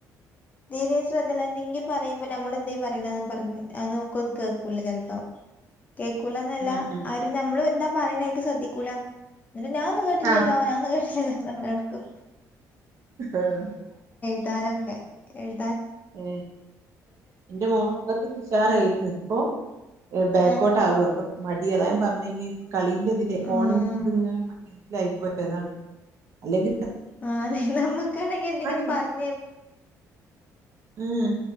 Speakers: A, on the left; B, on the right.
A: തീരെ ശ്രദ്ധല്ല എന്തെങ്കിം പറയുമ്പോ നമ്മൾ എന്തെങ്കും പറയണ പറ അത് നോക്കോന്ന് കേൾക്കൂല ചൽപം കേൾക്കൂലന്നല്ല
B: ഉം ഉം.
A: ആര് നമ്മളും എന്താ പറയുന്ന എനിക്ക് ശ്രദ്ധിക്കൂല എന്നിട്ട് ഞാനൊന്ന് കേട്ടില്ലല്ലോ
B: ആ
A: ഞാന്ന് കേട്ടില്ലല്ലോ എടുക്കും
B: ആഹ്
A: <unintelligible> ഒക്കെ എഴ്
B: ഏ എന്റെ മോളൊക്കത്തി ഉഷാറായിരുന്നു അപ്പൊ ബേകോട്ട്
A: ആഹ്
B: ആവു അപ്പൊ മടി അതായ പറഞ്ഞഈ കളീൻറ്റതിലെ ഫോണിങ്ങനെ
A: ആഹ്
B: മൈൻഡിലായി പോയതാണ് അല്ലെങ്കി
A: ആ അതെ നമ്മുക്കാണങ്കി എന്തെങ്കിത്
B: എഴുതി-
A: പറഞ്ഞേ
B: ഉം.